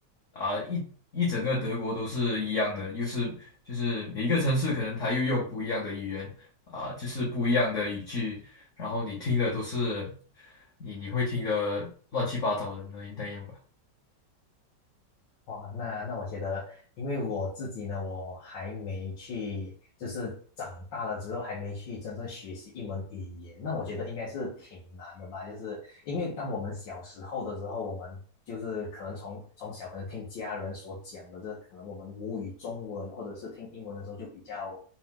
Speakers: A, on the left; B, on the left.
A: 啊、一一整个德国都是一样的，又是就是每一个城市可能它又用不一样的语言啊、就是不一样的语句。然后你听的都是你你会听的乱七八糟的那那样吧。
B: 哇，那那我觉得，因为我自己呢，我还没去，就是长大了之后还没去真正学习一门语言，那我觉得应该是挺难的吧。就是因为当我们小时候的时候，我们就是可能从从小可能听家人所讲的这，可能我们母语中文或者是听英文的时候就比较，